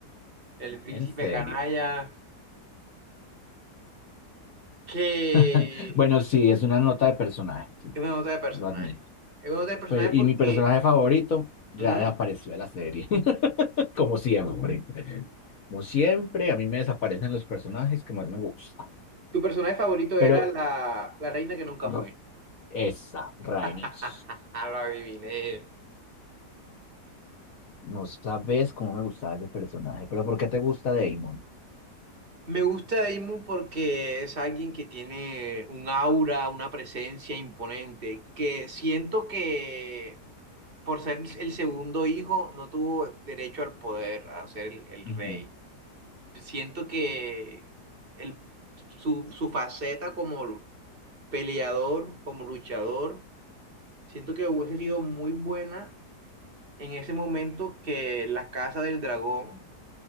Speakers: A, on the right; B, on the left.
A: El príncipe
B: en serio.
A: canalla que
B: <laughs> Bueno, sí, es una nota de personaje, sí,
A: es una nota de personaje.
B: lo admito.
A: Es una nota de personaje
B: Pero- y
A: porque
B: mi personaje favorito ya
A: ujú,
B: desapareció de la serie, <laughs> como siempre. Como siempre, a mí me desaparecen los personajes que más me gustan.
A: tu personaje favorito
B: Pero
A: era la, la reina que nunca
B: r-
A: fue.
B: esa, Rhaenys.
A: <laughs> Lo adiviné.
B: No sabes cómo me gustaba ese personaje, pero ¿por qué te gusta Damon?
A: Me gusta Daemon porque es alguien que tiene un aura, una presencia imponente, que siento que por ser el segundo hijo, no tuvo derecho al poder, a ser el, el
B: Ujú,
A: rey. Siento que el, su, su faceta como peleador, como luchador, siento que hubiese sido muy buena en ese momento que la Casa del Dragón,